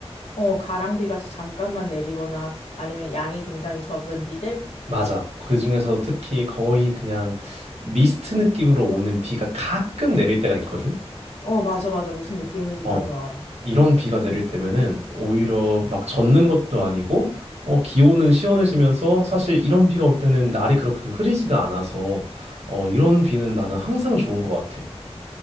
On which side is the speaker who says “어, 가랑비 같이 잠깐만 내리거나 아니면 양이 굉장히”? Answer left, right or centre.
Left